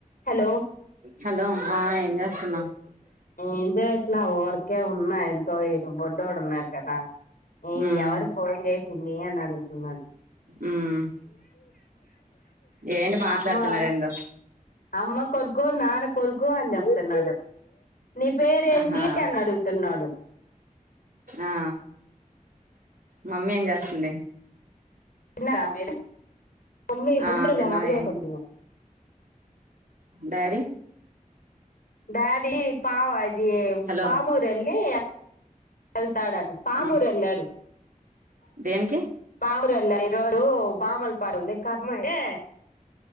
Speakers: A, on the left; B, on the right.
A: Hello
B: hello ఆ ఏం చేస్తున్నావ్
A: ఏం చెయట్లా ఊరకే ఉన్నా ఇదిగో ఈడు బొడ్డోడు ఉన్నాడు కదా. ఊ
B: ఉమ్
A: ఎవరు పోన్ చేశిందీ అని అడుగుతున్నాడు.
B: ఉమ్ ఏంటి మాట్లాడుతున్నాడు
A: అమ్మో
B: ఏందో
A: అమ్మ కొడుకూ నాన్న కొడుకూ అని చెప్తున్నాడు. నీ పేరేంటి
B: ఆహా
A: అని అడుగుతున్నాడు.
B: ఆ మమ్మీ ఏం చేస్తుంది.
A: తిన్నరా మీరు మమ్మీ
B: ఆ
A: వంటరూమ్
B: తిన్నా
A: లో వంట చేయకుండ
B: ఏం
A: ఉంది.
B: డాడీ
A: డాడీ పావ్ అదీ
B: హలో
A: పామూరెళ్ళీ <inaudible> ఎళ్ తాడన్ పాముూరెళ్ళాడు.
B: ఉమ్ దేనికి
A: పామురెళ్ళాడ్ ఈ రోజూ పామూరు పాటేల్ది కర్మ ఐతే